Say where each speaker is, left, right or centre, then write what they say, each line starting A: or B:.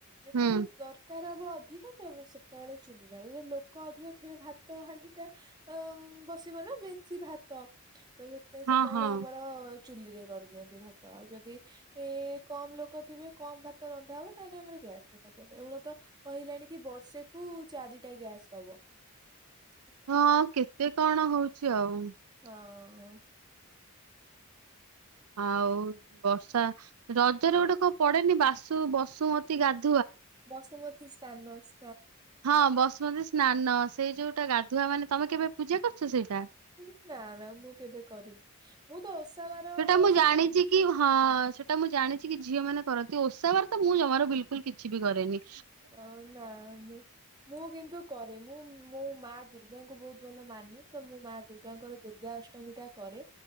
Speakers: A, on the right (about 20°); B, on the right (about 80°).
A: ଯେତେବେଳେ
B: ହୁଁ
A: ଦରକାର ହବ ଅଧିକ ତାପ୍ରେ ସେତେବେଳେ ଚୁଲିରେ । ଆଉ ଏ ଲୋକ ଅଧିକ ଥିବେ, ଭାତ ହାଣ୍ଡି ଟ ଅ ଆଉ ବସିବ ନା ବି ଛି, ଭାତ । ତ ସେଥିପାଇଁ
B: ହଁ
A: ସେତେବେଳେ
B: ହଁ
A: ଆମର ଚୁଲିରେ କରିଦିଅନ୍ତି ଭାତ ଆଉ ଯଦ୍ ଏ ଏ କମ ଲୋକ କଉ ଥିବେ କମ ଭାତ ରନ୍ଧା ହବ ତାହେଲେ ଆମର ଗ୍ୟାସରେ କରି ଦିଅନ୍ତି, ଏଇନେ ତ କହିଲେଣି କି ବର୍ଷେକୁ ଚାରିଟା ଗ୍ୟାସ୍ ଦବ ।
B: ହଁ କେତେ କଣ ହଉଚି। ଆଉ ।
A: ହଁ ।
B: ଆଉ, ବର୍ଷା ରଜରେ ଗୋଟେ କଣ ପଡେନି ବାସୁ ବସୁମତୀ ଗାଧ
A: ବସୁମତୀ । ତାନସ୍।
B: ହଁ ବସୁମତୀ ସ୍ନାନ ସେଇ ଯଉଟା ଗାଧୁଆ ମାନେ ତମେ କେବେ ପୂଜା କରଚ ସେଇଟା?
A: <unintelligible> ନା ନା ମୁଁ କେବେ କରିନ । ମୁଁ ତ ଓଷା ବାର
B: ସେଟା ମୁଁ
A: ସେମିତି
B: ଜାଣିଚି କି ହଁ ସେଟା ମୁଁ ଜାଣିଚି କି ଝିଅ ମାନେ କରନ୍ତି ଓଷା ବାର ତ ମୁଁ ଜମାରୁ ବିଲକୁଲ କିଛି ବି କରେନି ।
A: ଅ ନା ମୁଁ, ମୁଁ କିନ୍ତୁ କରେ ମୁଁ ମୋ ମା ଦୁର୍ଗାଙ୍କୁ ବହୁତ ଭଲ ମାନି ତ ମୁଁ ମା ଦୁର୍ଗାଙ୍କର ଦୁର୍ଗା ଅସ୍ ଅଷ୍ଟମୀ ଟା କରେ,